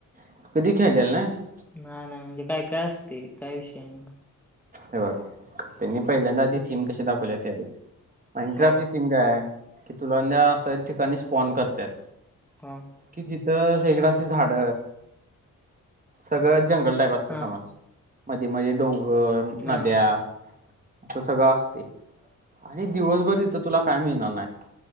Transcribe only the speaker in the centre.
नाही नाही म्हणजे काय काय असते काय विषय?
हा
हम.
हा
हा